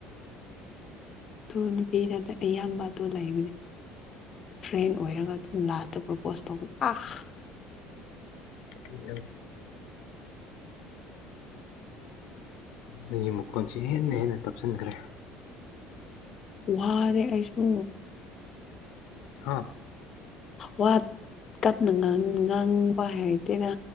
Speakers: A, on the left; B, on the left.
A: ꯇꯨ ꯅꯨꯄꯤꯗꯗ ꯑꯌꯥꯝꯕ ꯑꯗꯨ ꯂꯩꯕꯅꯤ ꯐ꯭ꯔꯦꯟ ꯑꯣꯏꯔꯒ ꯑꯗꯨꯝ ꯂꯥꯁꯇ ꯄ꯭ꯔꯣꯄꯣꯁ ꯇꯧꯕ ꯑꯥ
B: <unintelligible> ꯃꯤꯒꯤ ꯃꯈꯣꯟꯁꯤ ꯍꯦꯟꯅ ꯍꯦꯟꯅ ꯇꯞꯁꯤꯟꯈ꯭ꯔꯦ
A: ꯋꯥꯔꯦ ꯑꯩꯁꯨ
B: ꯍꯥꯥ
A: ꯋꯥ ꯇꯞꯅ ꯉꯥꯡ ꯉꯥꯡꯕ ꯍꯩꯇꯦꯗꯥ